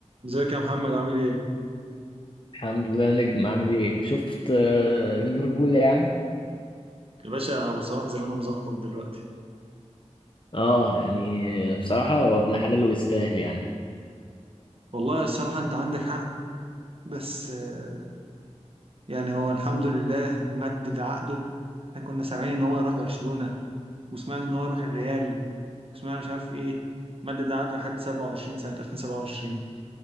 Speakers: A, on the right (about 50°); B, on the left (about 45°).
A: ازيك يا محمد عامل ايه؟
B: الحمد لله نجم عامل ايه شفت آه، ليفربول يا عم
A: يا باشا ابو صلاح زمانه مزقطط دلوقتي
B: اه يعني بصراحة هو ابن حلال ويستاهل يعني
A: والله الصراحة انت عندك حق بس آه، يعني هو الحمد لله مدد عقده احنا كنا سامعين ان هو يروح برشلونة وسمعنا ان هو يروح الريال وسمعنا مش عارف ايه مدد عقده لحد 27 سنة 2027